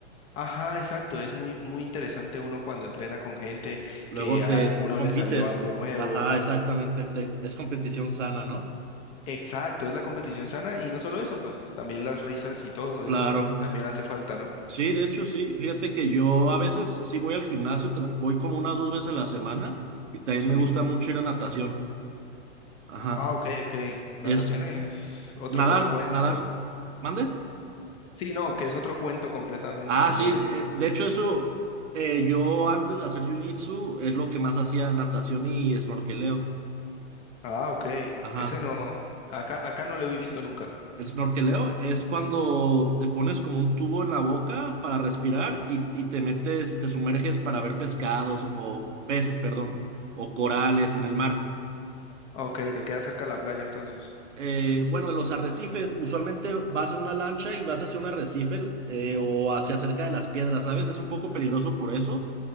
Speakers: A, on the left; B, on the right.
A: Ajá, exacto. Es muy, muy interesante uno cuando entrena con gente
B: Luego
A: que a
B: te
A: alguno
B: compites.
A: le salió algo nuevo,
B: Ajá,
A: algo.
B: exactamente. te- es competición sana, ¿no?
A: Exacto, es la competición sana y no solo eso, pues también las risas y todo
B: Claro.
A: eso también hace falta, ¿no?
B: Sí, de hecho, sí. Fíjate que yo a veces sí voy al gimnasio, tra- voy como unas dos veces a la semana y también
A: Sí.
B: me gusta mucho ir a natación. Ajá.
A: Ah, ok, ok. Natación
B: Es
A: es otro
B: nadar,
A: cuento.
B: nadar. ¿Mande?
A: Sí, no, que es otro cuento completamente
B: Ah,
A: también,
B: sí, eh,
A: ¿no?
B: de hecho eso, eh, yo antes de hacer jiu-jitsu es lo que más hacía natación y snorkeleo.
A: Ah, ok.
B: Ajá.
A: Ese no, acá, acá no lo he visto nunca.
B: El snorkeleo es cuando te pones como un tubo en la boca para respirar y, y te metes, te sumerges para ver pescados o peces, perdón, o corales en el mar.
A: Ah, Ok, te queda cerca la playa entonces.
B: Eh, bueno, en los arrecifes, usualmente vas en una lancha y vas hacia un arrecife eh, o hacia cerca de las piedras, ¿sabes? Es un poco peligroso por eso